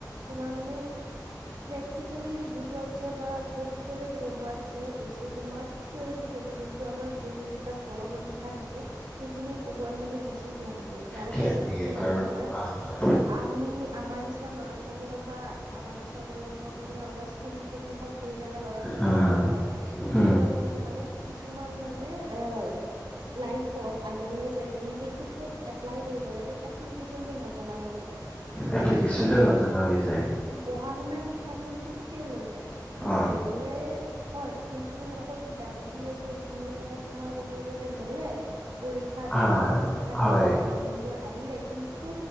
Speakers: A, on the right (about 80°); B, on the left (about 20°).
A: তোমাৰ মানে প্ৰেক্টেকেলি বুজোৱাতচে বা প্ৰেক্টিকেলি পঢ়োৱাতচে বেছি তোমাৰ থিয়ৰিতি আমাৰ বহী, কিতাপ, কলমত লিখা থাকে সেইখিনি পঢ়োৱাত মানে বেছি ধ্যান দিয়ে, যাৰ
B: ধ্যান
A: ফলত
B: দিয়ে
A: কি হয়,
B: কাৰণ
A: তোমাৰ
B: আহ
A: আমি আমাৰ নিচি না, ল'ৰা ছোৱালী হওঁক বা আমাৰ পিছৰ প্ৰজন্মখিনিয়ে হওঁক বা স্কুল সন্মুখত পঢ়ি থকা ল'ৰা ছোৱালীখিনিয়ে
B: হা হা
A: হওঁক
B: হম
A: কি হয়, তোমাৰ মানে কি কিছুমান মানে আ লাইফত আগলৈ যায় কেনে সেইটো ক'ত এপলাই কৰিব লাগে এপ্লিকেচনটো নজনা হৈ উম,
B: এপ্লিকেশ্যনটো
A: মানে
B: নজনা হৈছে
A: পঢ়া শুনা শিক শিক্ষাখিনিতো ঠিকেই ল'লে, কিন্তু
B: অ
A: ল'লে হয়, কিন্তু মানে অকল কিতাপত যি আছে সেইখিনি মানে তোমাৰ ক'ব গ'লে ল'লে পৰীক্ষাত
B: হা
A: দিলে, পৰীক্ষা দি
B: হয়
A: কেনে ভাল নম্বৰ আহিলে কিন্তু